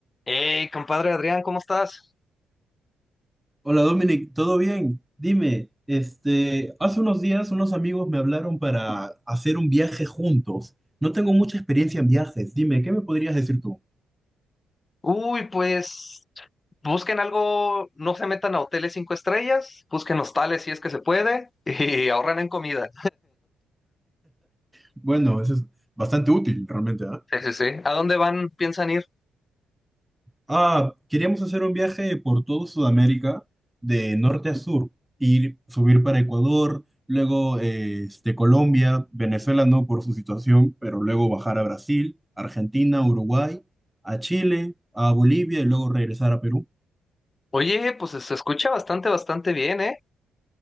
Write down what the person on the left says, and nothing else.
Hey, compadre Adrián, ¿cómo estás?
Uy, pues busquen algo, no se metan a hoteles cinco estrellas, busquen hostales si es que se puede y <laughs> ahorran en comida.
Sí, sí, sí. ¿A dónde van? ¿Piensan ir?
Oye, pues se escucha bastante, bastante bien, ¿eh?